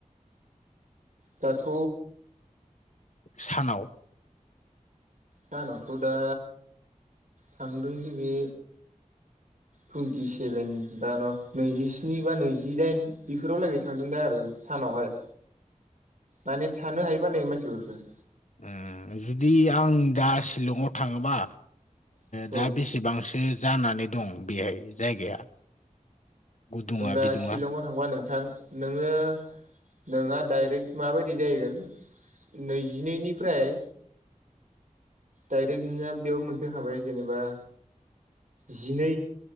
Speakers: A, on the right; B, on the left.
A: दाथ'
B: सानाव
A: सानावथ' दा थांदोंलै बे टुइन्टि सेभेन दा न' नैजिस्नि बा नैजिदाइन बेफोराव लागै थांदों दा आरो सानावहाय माने थानो हायोबा नै मानसिफोरखौ
B: उ जुदि आं दा सिलंआव थाङोबा
A: औ
B: दा बेसेबांसो जानानै दं बेहाय जायगाया गुदुङा
A: नों दा
B: बिदुङा
A: शिलंआव थांबा नोंथां नोङो नोंहा डाइरेक्ट माबायदि जाहैगोन नैजिनैनिफ्राय डाइरेक्ट नोंङा बेयाव मोनफैखाबाय जेनेबा जिनै